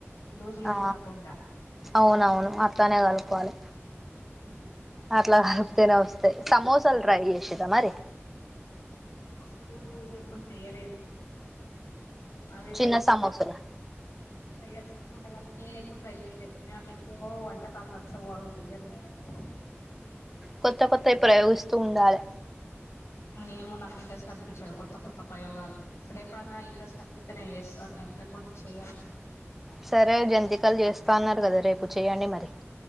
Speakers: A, on the left; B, in the centre.
A: లూజ్ లూజ్
B: ఆ
A: కాకుండా
B: అవునవును అట్లనే కలుపుకోవాలి
A: ఉం
B: అట్లా కలిపితేనే వస్తాయి సమోసాలు ట్రై చేసిదా మరి
A: అసలు ఎప్పుడు చెయలేదు అవి
B: చిన్న సమోసాలు
A: చేయొచ్చు అనుకుంటగానీ నేను ఎప్పుడు ట్రై చెయలే నాకు ఎక్కువ వంటకాలు నచ్చవు అవు చెయ్యను నేను ఎక్కువ
B: కొత్త కొత్తయి ప్రయోగిస్తూ ఉండాలి
A: ఏమో నాకు ఇంట్రెస్ట్ అనిపించదు కొత్త కొత్త ప్రయోగాలు ఎప్పుడన్నా ఇంట్రెస్ట్ అనిపిత్తే నేను చేస్తాను కొ <unintelligible> చే
B: సరే జంతికలు చేస్తాన్నారు కదా రేపు చెయ్యడి మరి